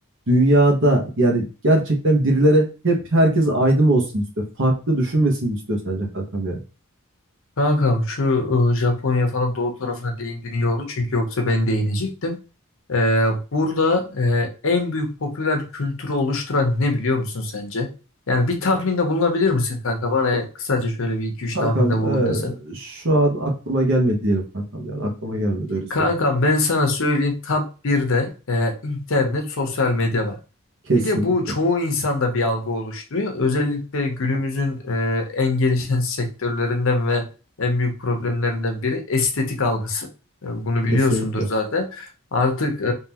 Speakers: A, on the right; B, on the left.
A: dünyada yani gerçekten birilere hep herkes aydın olsun istiyor. Farklı düşünmesini istiyor sence kankam yani.
B: Kankam şu e, Japonya falan doğu tarafına değindin iyi oldu. Çünkü yoksa ben değinecektim. Ee, burada e, en büyük popüler kültürü oluşturan ne biliyor musun sence? Yani bir tahminde bulunabilir misin kanka? Bana kısaca şöyle bir iki üç
A: Kankam
B: tahminde bulun
A: e,
B: desem.
A: şu an aklıma gelmedi diyelim kankam yani aklıma gelmedi öyle söyleyeyim.
B: Kankam ben sana söyleyeyim top 1'de e, internet sosyal medya var.
A: Kesinlikle.
B: Bir de bu çoğu insanda bir algı oluşturuyor. Özellikle günümüzün e, en gelişen sektörlerinden ve en büyük problemlerinden biri estetik algısı. E, bunu
A: Kesinlikle.
B: biliyorsundur zaten. Artık e,